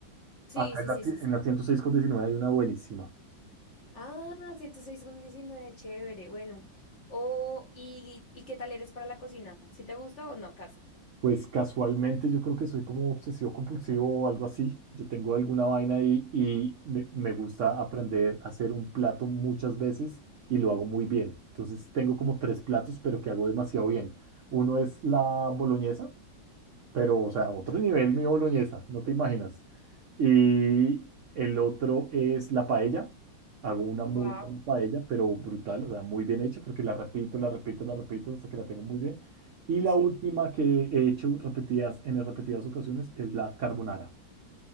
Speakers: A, on the left; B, on the right.
A: Sí,
B: Acá
A: sí,
B: en la,
A: sí,
B: ci-
A: sí, sí.
B: en la 106 con 19 hay una buenísima.
A: Ah, 106 con 19, chévere, bueno. Oh, ¿y, y qué tal eres para la cocina? ¿Si te gusta o no, casi?
B: Pues casualmente yo creo que soy como obsesivo compulsivo o algo así. Yo tengo alguna vaina ahí y me, me gusta aprender a hacer un plato muchas veces y lo hago muy bien. Entonces tengo como tres platos, pero que hago demasiado bien. Uno es la boloñesa, pero, o sea, a otro nivel, mi boloñesa, no te imaginas. Y el otro es la paella. Hago una muy
A: Wow,
B: buena paella, pero brutal, o sea, muy bien hecha, porque la repito, la repito, la repito hasta que la tengo muy bien. Y la
A: sí.
B: última que he hecho repetidas, en repetidas ocasiones es la carbonara.